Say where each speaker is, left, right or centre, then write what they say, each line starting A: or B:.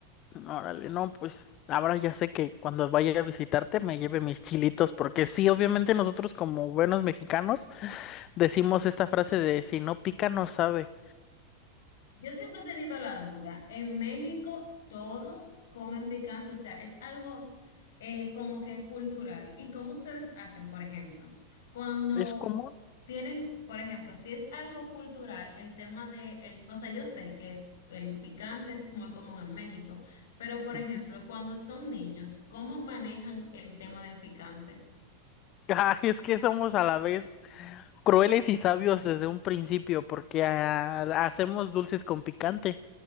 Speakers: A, on the left (about 35°); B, on the left (about 60°).
A: órale, no, pues ahora ya sé que cuando vaya a visitarte me lleve mis chilitos, porque sí, obviamente nosotros como buenos mexicanos decimos esta frase de si no pica no sabe.
B: Yo siempre he tenido la duda. En México todos comen picante, o sea, es algo eh, como que cultural. ¿Y cómo ustedes hacen, por ejemplo? Cuando
A: Es común.
B: tienen, por ejemplo, si es algo cultural, el tema de, el, o sea, yo sé que es, el picante es muy común en México, pero por
A: Ujú.
B: ejemplo,
A: <laughs>
B: cuando son niños, ¿cómo manejan el tema del picante?
A: Ay, es que somos a la vez. crueles y sabios desde un principio, porque ah, hacemos dulces con picante